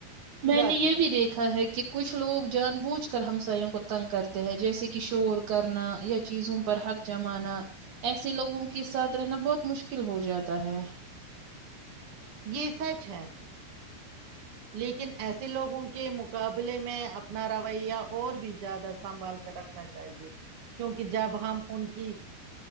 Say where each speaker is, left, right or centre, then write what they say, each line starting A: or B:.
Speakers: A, on the right; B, on the right.
A: سدھار
B: میں نے یہ
A: کی طرف
B: بھی دیکھا ہے کہ کچھ لوگ جان بوجھ کر ہمساائیوں کو تنگ کرتے ہیں جیسے کہ شور کرنا یا چیزوں پر حق جمانا ایسے لوگوں کے ساتھ رہنا بہت مشکل ہو جاتا ہے
A: یہ سچ ہے لیکن ایسے لوگوں کے مقابلے میں اپنا رو یا اور بھی زیادہ سنبھال کر رکھنا چاہیے کیونکہ جب ہم ان کی